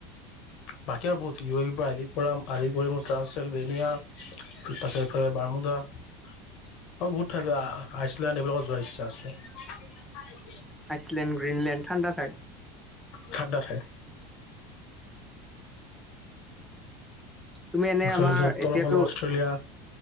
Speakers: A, on the left; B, in the centre.
A: বাকী আৰু বহুত ই পৰা আৰি কৰা আৰি কৰি মোৰ ত্ৰাছ চ বেনীয়া তাৰপিছত এইফালে বাৰ্মুডা অ বহুত থাকে আইচলেণ্ড এইবিলাকত যোৱা ইচ্ছা আছে
B: আইচলেণ্ড গ্ৰীনলেণ্ড ঠাণ্ডা ঠাই
A: ঠাণ্ডা ঠাই
B: তুমি এনে
A: তাৰপিছত
B: আমাৰ
A: অলপ
B: এতিয়াতো
A: হলেও অষ্ট্ৰেলিয়া